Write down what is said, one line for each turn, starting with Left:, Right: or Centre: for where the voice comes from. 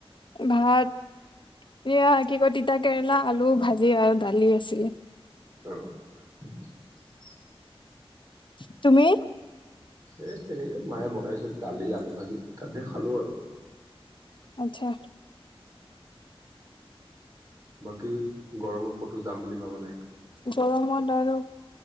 Left: ভাত <unintelligible> এয়া কি কয় তিতা কেৰেলা, আলু ভাজি আৰু দালি আছিলে।
Right: তেওঁক ঢি যি চিৰিপ চিৰিপ
Left: ছিট তুমি
Right: এই তেনেকে মায়ে বনাইছিল দালি, আলু ভাজি তাকে খালো আৰু
Left: আচ্ছা।
Right: বাকী গৰমত ক'তো যাম বুলি ভাবা নাই।
Left: গৰমত আৰু